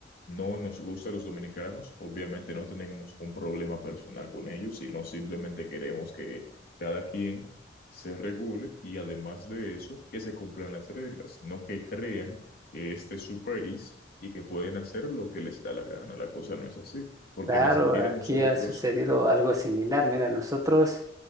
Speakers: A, on the left; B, on the right.
A: no nos gusta a los dominicanos. Obviamente no tenemos un problema personal con ellos, sino simplemente queremos que cada quien se regule y además de eso, que se cumplan las reglas, no que crean que este es su país y que pueden hacer lo que les da la gana. La cosa no es así, porque
B: Claro,
A: ni siquiera
B: aquí
A: nosotros
B: ha sucedido algo similar. Mira, nosotros,